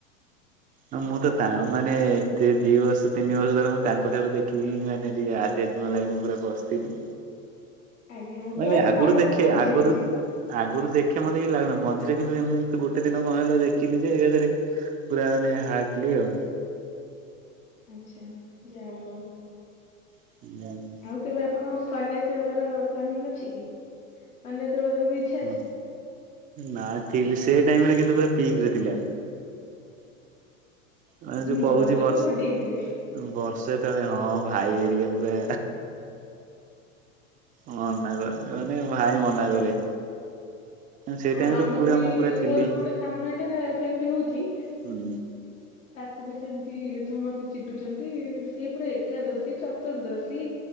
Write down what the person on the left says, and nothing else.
ଆଜ୍ଞା
ପ୍ରାୟତଃ
ସମସ୍ତେ
ମୁଁ ବି
ଦେଖିଛି।
ଆଚ୍ଛା ଯାହା ହଉ।
ଆଉ କେବେ ଆପଣଙ୍କର ସନ୍ୟାସୀ ହବାର ପ୍ଲାନିଂ ଅଛି କି? ସନ୍ୟାସୀ ହବାର କେବେ ଇଚ୍ଛା
ଅଛି।
ଘର ଲୋକ
ଗୋଡେଇଥିବେ
ହଁ
ଆମର
ବି
ମୋର ବି ଗୋଟେ ସାନ ଭାଇଟା ସେମିତି ହଉଛି।
ତାକୁ ବି ସେମିତି ସମସ୍ତେ ଚିଡୁଚନ୍ତି। ସିଏ ପୁରା ଏକାଦଶୀ ଚତୁର୍ଦ୍ଦଶୀ।